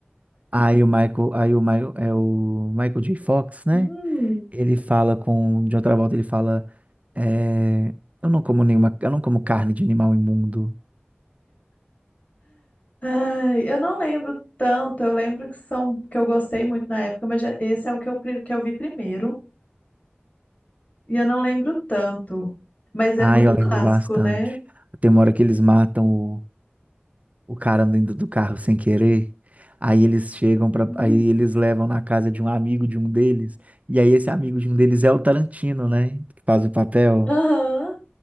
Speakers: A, on the right (about 35°); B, on the left (about 35°).
A: Aí o Michael, aí o Michael, é o Michael J. Fox, né?
B: Hum,
A: Ele fala com. De outra volta, ele fala: é, Eu não como nenhuma. Eu não como carne de animal imundo.
B: ai, eu não lembro tanto, eu lembro que são, que eu gostei muito na época, mas já- esse é o que eu, pri- que eu vi primeiro, e eu não lembro tanto. Mas
A: Ah,
B: é muito
A: eu
B: clássico,
A: lembro bastante.
B: né?
A: Tem uma hora que eles matam o, o cara dentro do carro sem querer. Aí eles chegam para,
B: Uhum.
A: aí eles levam na casa de um amigo de um deles. E aí esse amigo de um deles é o Tarantino, né? Que faz o papel.
B: Aham.